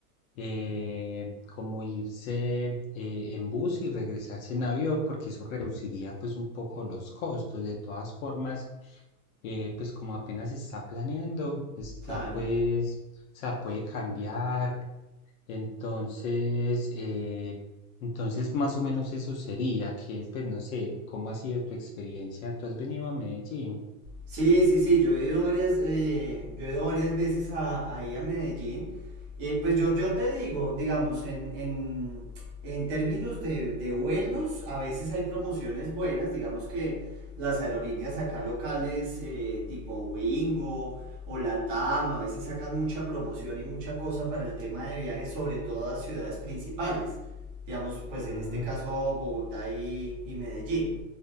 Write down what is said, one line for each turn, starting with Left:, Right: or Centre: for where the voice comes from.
Left: eh, como irse eh, en bus y regresarse en avión, porque eso reduciría pues un poco los costos. De todas formas, eh, pues como apenas se está planeando, está
Right: Claro.
Left: pues, o sea, puede cambiar Entonces, eh, entonces más o menos eso sería, que pues no sé, ¿cómo ha sido tu experiencia? ¿Tú has venido a Medellín?
Right: Sí, sí, sí, yo he ido varias, eh, yo he ido varias veces a, ahí a Medellín. Y pues yo, yo te digo, digamos, en, en, en términos de, de vuelos, a veces hay promociones buenas, digamos que las aerolíneas acá locales, eh, tipo Wingo o Latam, a veces sacan mucha promoción y mucha cosa para el tema de viajes, sobre todo a ciudades principales. Digamos, pues
Left: Mm,
Right: en este caso Bogotá y, y Medellín.